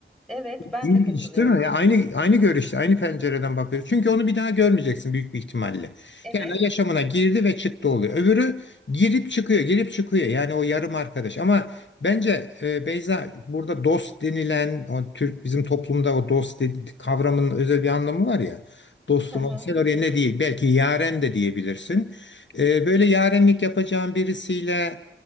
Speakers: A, in the centre; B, on the left.
A: Evet, ben
B: İlginç
A: de katılıyorum.
B: değil mi? Ya aynı aynı görüşte, aynı pencereden bakıyoruz. Çünkü onu bir daha görmeyeceksin büyük bir ihtimalle.
A: Evet.
B: Yani yaşamına girdi ve çıktı oluyor. Öbürü girip çıkıyor, girip çıkıyor. Yani o yarım arkadaş. Ama bence e, Beyza burada dost denilen o Türk bizim toplumda o dost dedi- kavramının özel bir anlamı var ya. Dostum
A: Hı hı.
B: ol, sen oraya ne değil belki yaren de diyebilirsin. E, böyle yarenlik yapacağın birisiyle